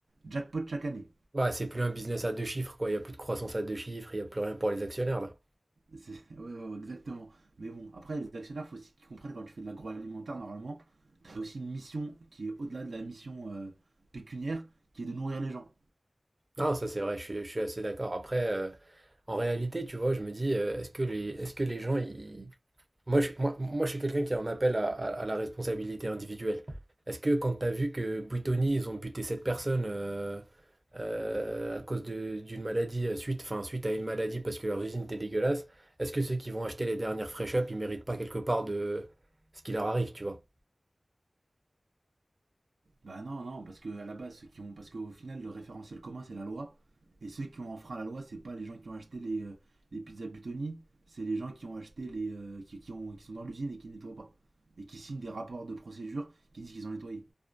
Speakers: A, on the right (about 70°); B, on the right (about 20°).
A: jackpot chaque année.
B: bah, c'est plus un business à deux chiffres, quoi. Il n'y a plus de croissance à deux chiffres, il n'y a plus rien pour les actionnaires, là.
A: C'est- <laughs> Ouais, ouais, ouais, exactement. Mais bon, après, les actionnaires, faut aussi qu'ils comprennent quand tu fais de l'agroalimentaire, normalement, t'as aussi une mission qui est au-delà de la mission euh, pécuniaire, qui est de nourrir les gens.
B: Non, ça, c'est vrai, je suis, je suis assez d'accord. Après, euh, en réalité, tu vois, je me dis, euh, est-ce que les, est-ce que les gens, ils Moi, je, moi, moi, je suis quelqu'un qui en appelle à, à- à la responsabilité individuelle. Est-ce que quand tu as vu que Buitoni, ils ont buté cette personne euh, euh, à cause de- d'une maladie, euh, suite, enfin, suite à une maladie parce que leurs usines étaient dégueulasses, est-ce que ceux qui vont acheter les dernières fresh up, ils méritent pas quelque part de ce qui leur arrive, tu vois?
A: Bah non, non, parce que à la base, ceux qui ont, parce qu'au final, le référentiel commun, c'est la loi, et ceux qui ont enfreint la loi, c'est pas les gens qui ont acheté les, euh, les pizzas Butoni, c'est les gens qui ont acheté les, euh, qui, qui ont, qui sont dans l'usine et qui nettoient pas, et qui signent des rapports de procédure qui disent qu'ils ont nettoyé.